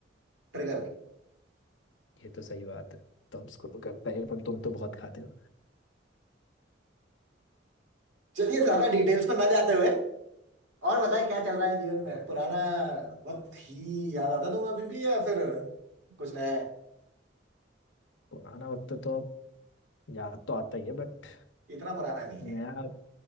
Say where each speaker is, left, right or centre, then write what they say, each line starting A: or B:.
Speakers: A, on the right; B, on the left.
A: ट्रिगर
B: ये तो सही बात है तुम स्कूल करते ही हो, पर तुम तो बहुत खाते हो
A: चलिए ज्यादा डिटेल्स पर ना जाते हुए और बताए क्या चल रहा है जीवन में पुराना वक्त ही याद आता तुम्हें अभी भी या फिर कुछ नया है
B: पुराना वक्त तो अब याद तो आता ही है बट
A: इतना पुराना नहीं
B: नया
A: है यार
B: अब